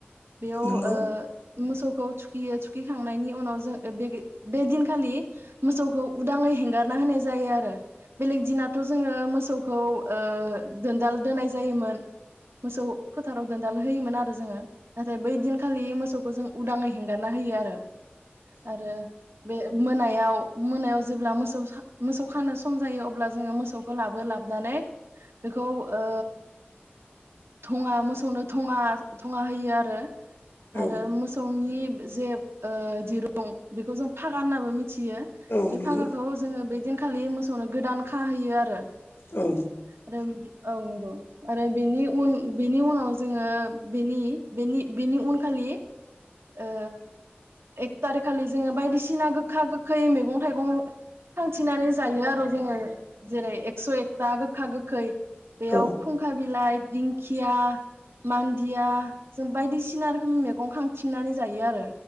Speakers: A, on the right; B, on the left.
A: बेयाव
B: नंगौ
A: ओ मोसौखौ थुखियो थुखिखांनायनि उनाव जों बे बे दिनखालि मोसौखौ उदाङै हेंगारना होनाय जायो आरो बेलेग दिनाथ' जोङो मोसौखौ ओ दोनदाल दोनाय जायोमोन मोसौ फोथाराव दोनदाल होयोमोन आरो जोङो नाथाय बै दिनखालि मोसौखौ जों उदाङै हेंगारना होयो आरो आरो बे मोनायाव मोनायाव जेब्ला मोसौ मोसौ खानो सम जायो अब्ला जोङो मोसौखौ लाबो लाबनानै बेखौ ओ थङा मोसौनो थङा थङा होयो आरो
B: औ
A: आरो मोसौनि जे ओ दिरुं बेखौ जों फागा होननाबो मि मिथियो
B: औ
A: बे
B: नंगौ
A: फागाखौ जोङो बेदिन खालि मोसौनो गोदान खाहैयो आरो
B: औ
A: आरो बे औ नंगौ आरो बेनि उन बेनि उनाव जोङो बिनि बेनि बिनि उनखालि ओ एक थारिख खालि जोङो बायदिसिना गोखा गोखै मैगं थाइगं खान्थिंनानै जायो आरो जोङो जेरै एकस एकथा गोखा गोखै बेयाव
B: औ
A: खुंखा बिलाइ दिंखिया मान्दिया जों बायदिसिना रोखोम मैगं खांथिंनानै जायो आरो